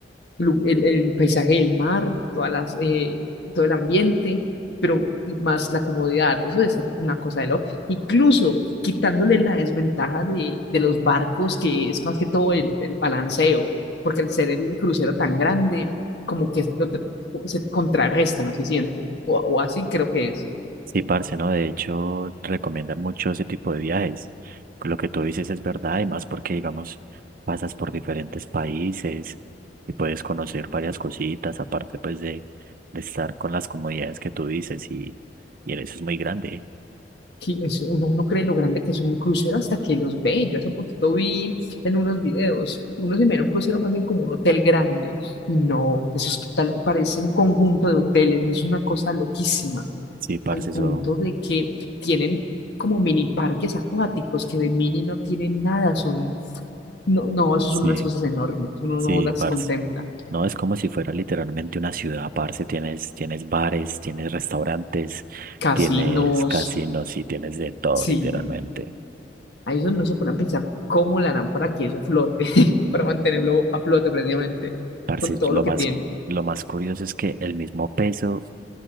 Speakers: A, on the left; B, on the right.
A: lu- el, el paisaje del mar, todas las, eh, todo el ambiente, pero más la comodidad. Eso debe ser una cosa de lo. Incluso quitándole la desventaja de, de los barcos, que es más que todo el, el balanceo, porque al ser el crucero tan grande, como que lo tra- se contrarresta, no se siente. O, o así creo que es.
B: Sí, parce, ¿no? De hecho, recomiendan mucho ese tipo de viajes. Lo que tú dices es verdad, y más porque, digamos, pasas por diferentes países y puedes conocer varias cositas, aparte, pues, de, de estar con las comodidades que tú dices, y, y en eso es muy grande.
A: que es- uno no cree lo grande que es un crucero hasta que los ve. Yo hace poquito vi en unos videos, uno se mira un crucero más bien como un hotel grande. Y no, eso es total, parece un conjunto de hoteles, es una cosa loquísima,
B: Sí, parce,
A: al punto
B: eso,
A: de que tienen como mini parques acuáticos, que de mini no tienen nada, son, no, no, eso
B: sí,
A: son unas cosas enormes, uno
B: sí,
A: no las
B: parce.
A: contempla.
B: No, es como si fuera literalmente una ciudad, parce. Tienes, tienes bares, tienes restaurantes,
A: Casinos,
B: tienes casinos y tienes de todo,
A: sí.
B: literalmente.
A: Ahí es donde no se ponen a pensar cómo le harán para que eso flote, <laughs> para mantenerlo a flote precisamente,
B: Parce,
A: con todo
B: lo
A: lo
B: más,
A: que tiene.
B: lo más curioso es que el mismo peso,